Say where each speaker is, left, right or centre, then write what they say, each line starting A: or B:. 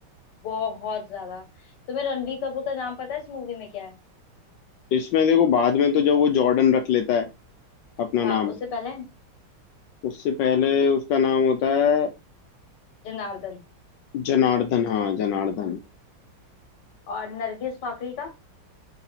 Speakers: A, on the left; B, on the left.
A: बहुत ज्यादा तुम्हें रणबीर कपूर का नाम पता है इस मूवी में क्या है
B: इसमें देखो बाद में तो जब वो जॉर्डन रख लेता है अपना
A: हाँ
B: नाम
A: उससे पहले
B: उससे पहले उसका नाम होता है
A: जनार्दन
B: जनार्दन हाँ जनार्दन
A: और नरगिस फाकरी का